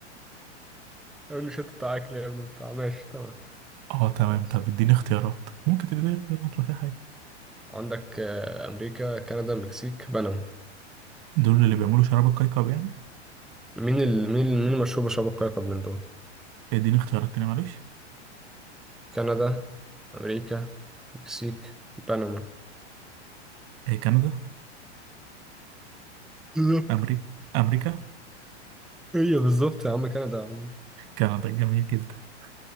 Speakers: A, in the centre; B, on the right.
A: يقول لي شت بتاع اكل يا ابني بتاع ماشي تمام
B: اه تمام
A: خلاص
B: طب اديني اختيارات ممكن تديني اختيارات لو في حاجة
A: عندك آه، امريكا كندا المكسيك بنما
B: دول اللي بيعملوا شراب القيقب يعني
A: مين ال... مين ال... مين المشهور بشراب القيقب من دول؟
B: اديني اختيارات تاني معلش
A: كندا امريكا المكسيك بنما
B: ايه كندا
A: بالظبط
B: امريكا امريكا
A: هي بالظبط يا عم كندا يا عم
B: كندا جميل جدا